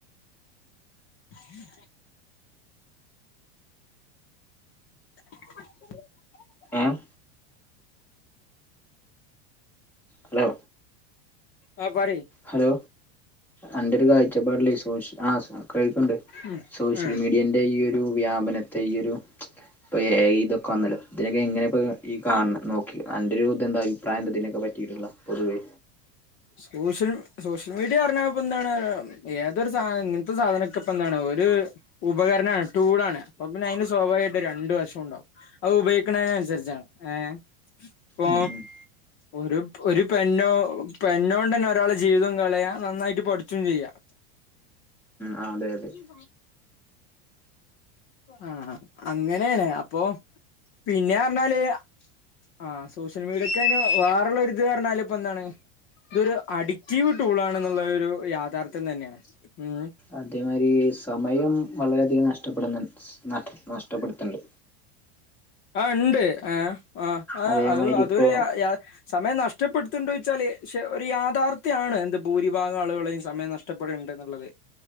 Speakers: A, on the left; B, in the centre.
A: ഉം അ
B: ഏഹ് ഹലോ
A: ആഹ പറി
B: ഹലോ അന്റെ ഒരു കാഴ്ചപ്പാടിൽ സോഷിയൽ മീഡിയ ആ കേൾക്കുണ്ട് ണ്ട്
A: ഉം
B: സോഷ്യൽ
A: ഉം
B: മീഡിയൻ്റെ ഈ ഒരു വ്യാപനത്തെ ഈ ഒരു ഇപ്പോൾ ഇതൊക്കെ വന്നല്ലോ ഇതിനൊക്കെ ഇങ്ങനെ ഇപ്പോൾ ഈ കാണ നോക്കി അൻ്റെ ഒരു ഇ അഭിപ്രായം ദിനക്ക പറ്റിയിട്ടില്ല പൊവേ
A: സോഷ്യൽ സോഷ്യൽ മീഡിയ പററിഞ്ഞാപ്പ എന്താണ് ഏതൊരു സാ ഇങ്ങനത്തെ സാധനൊക്കെ ഇപ്പ എന്താണ് ഒരു ഉപകരണമാണ് ടൂളാണ് അപ്പൊ പിന്നെ അതിന് സ്വാഭാവികമായിട്ട് രണ്ട വശം ഉണ്ടാവും. അത് ഉപയോഗിക്കുന്നതിന അനുസരിച്ചാണ് ഏ ഇപ്പ
B: ഉം ഉം
A: ഒരു ഒരു പെനോ ഇപ്പൊ പെന്നോണ്ട് തന്നെ ഒരാളെ ജീവിതം കളയാ നന്നായിട്ട് പഠിച്ചും ചെയ്യാം.
B: ആ അതെ അതെ
A: ഹും ആഹ് അങ്ങനെയാണ് അപ്പൊ പിന്നെ പറഞ്ഞാല് ആഹ് സോഷ്യൽ മീഡിയോക്ക വേറൊള്ള ഇത് പറഞ്ഞാലും ഇപ്പൊ എന്താണ് ഇതൊരു അഡിക്റ്റീവ് ടൂൾ ആണെന്നുള്ളോ ഒര് യാഥാർത്ഥ്യം തന്നെയാണ് ഉം
B: അതേമാരി സമയം വളരെ അധികം നഷ്ടപ്പെട്ന്ന്ണ്ട് നഷ്ടപ്പെടുത്ത്ണ്ട്
A: ആഹ് ഇണ്ട് ആഹ് ആഹ് ആഹ്
B: അതേമാതിരി
A: ആഹ് അതൊരു
B: ഇപ്പോ
A: യാ യാ സമയം നഷ്ടപ്പെടുത്തിണ്ടോന്ന് ചോയിച്ചില് ശേ ഒരു യാഥാർത്ഥ്യാണ് എന്ത് ഭൂരിഭാഗം ആളുകളെയും സമയം നഷ് കഷ്ടപ്പെട് ഇണ്ട് എന്ന് ഇള്ളത്